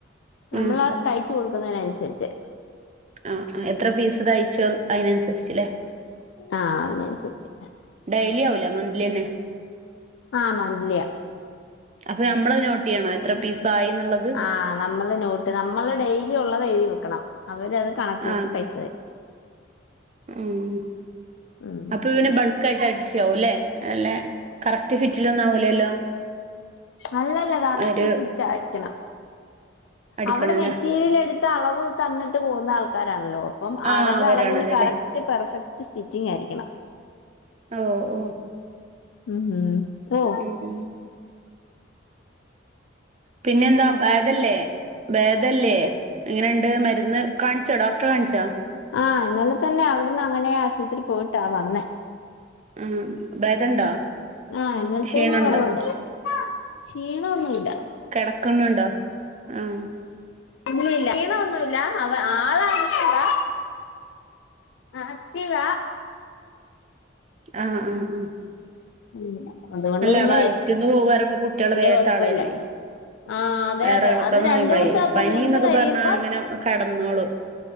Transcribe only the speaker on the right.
ഉം
ആഹ് എത്ര പീസ് തയിച്ചോ അതിനൻസരിച്ച്ല്ലേ.
ഡെയ്ലി ആവൂല മന്ത്‌ലന്നെ
അപ്പൊ ഞമ്മളത് നോട്ട് ചെയ്യണോ എത്ര പീസായിന്ന്ള്ളത്.
ആഹ്
ഉം
അപ്പൊ പിന്നെ ബൾക്ക് ആയിട്ട് അടിച്ച്യാവൂലെ അല്ലേ. കറക്റ്റ് ഫിറ്റിലൊന്നും ആവൂലല്ലോ
ഒരു
അടിക്കണല്ലേ
ആഹ്
അവരാണല്ലോല്ലേ
ഓഹ് ഓ
ഉം ഉം പിന്നെ
എന്താ ഭേദല്ലേ. ഭേദല്ലേ എങ്ങനെണ്ട് മരുന്ന് കാണിച്ചോ ഡോക്ടറെ കാണിച്ചോ.
ഉം ഭേദണ്ടോ?
ക്ഷീണണ്ടോ
കിടക്കുന്നുണ്ടോ ആഹ്
ആഹ് ആഹ് ആഹ്
അല്ല
വയറ്റിന്ന് പോവാറുമ്പോ കുട്ടികൾ വേഗം
തളരുവേ
വയറിളക്കംന്ന്
പറയുമ്പളേ പനിന്നൊക്കെ
പറഞ്ഞാ അങ്ങനെ കടന്നോളും